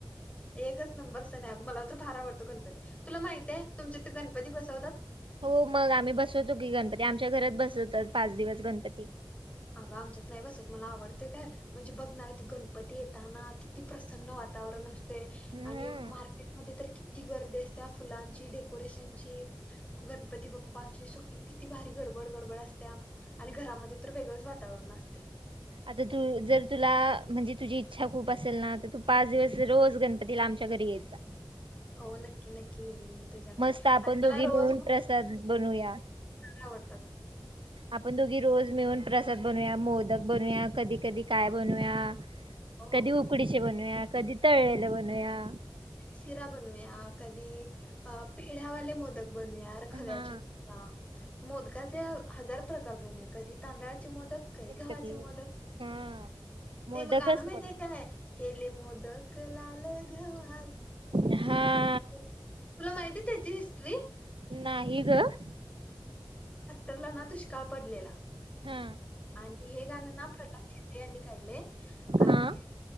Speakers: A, on the left; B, on the right.
A: एकच नंबर सने मला तर फार आवडतो गणपती तुला माहित आहे तुमच्या तर गणपती बसवतात
B: हो मग आम्ही बसवतो की गणपती आमच्या घरात बसतत पाच दिवस गणपती
A: अगं आमच्यात नाही बसत मला आवडते काय म्हणजे बघना गणपती येताना किती प्रसन्न वा वातावरण अस ते
B: हम्म
A: आणि मार्केटमध्ये तर किती गर्दी असते त्या फुलांची डेकोरेशनची गणपती बाप्पची स किती भारी गडबड गडबड असत्या आणि घरामध्ये वेगळंच वातावरण असते
B: आता तू जर तुला म्हणजे तुझी इच्छा खूप असेल ना तर तू पाच दिवस रोज गणपती लांब शगरीचा
A: हो नक्की नक्की येईन मी तुझ्या घरी
B: मस्त आपण
A: आणि
B: दोघी
A: मला रोज
B: मिळून प्रसाद बनूया
A: आवडतात
B: आपण दोघी रोज मिळून प्रसाद बनवया मोदक बनूया कधी कधी काय बनूया
A: हो
B: कधी
A: हो
B: उकडीचे बनवूया कधी तळलेला बनूया
A: शिरा बनूया कधी अ पेढ्यावाले मोदक बनया खव्या
B: हा.
A: न मो हजार प्र बन कधी तांदळा मोदक का गावाचे
B: कधी
A: मोदक
B: हा मोदकच
A: ते मग गाणं माहितय
B: मोदक
A: कायय. केले मोदक लाल घवा.
B: ह हा.
A: तुला माहिती आहे त्याची हिस्ट्री
B: ह हग.
A: रला ना दुष्काळ पडलेला.
B: हा
A: आणि हे गाणं ना प्रल्हाद शिंदे यांनी गायले आणि
B: हा